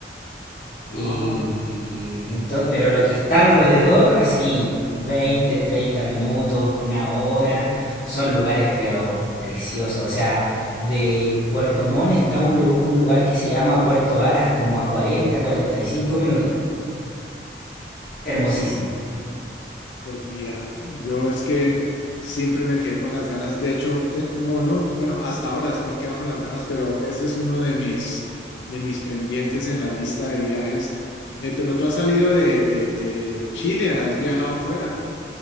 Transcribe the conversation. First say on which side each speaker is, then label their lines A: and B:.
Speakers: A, on the left (about 80°); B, on the left (about 50°).
A: Ah,
B: Y entonces, pero lo que está alrededor, así 20 30 minutos, una hora, son lugares pero preciosos. O sea, de Puerto Montt está un, lu- un lugar que se llama Puerto Aras, como a cuarenta cuarenta y cinco minutos. Hermosísimo.
A: sí. Pues mira, yo es que siempre me quedé con las ganas. De hecho, te- no, no, bueno, hasta ahora me quedo con las ganas, pero ese es uno de mis, de mis pendientes en la lista de viajes. Eh, pero tú has salido de, de, de Chile, has viajado fuera.